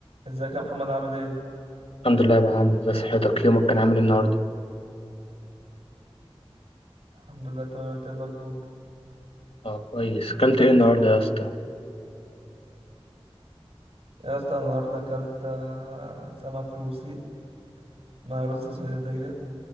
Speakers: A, on the right (about 85°); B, on the left (about 75°).
A: ازيك يا محمد عامل ايه
B: الحمد لله يا أبو عمرو ازي صحتك يومك كان عامل إيه النهارده
A: الحمد لله تمام انت ايه الاخبار
B: اه كويس اكلت ايه النهارده يا اسطى
A: يا اسطى أنا النهارده اكلت آه، سمك روسي مع رز صياديه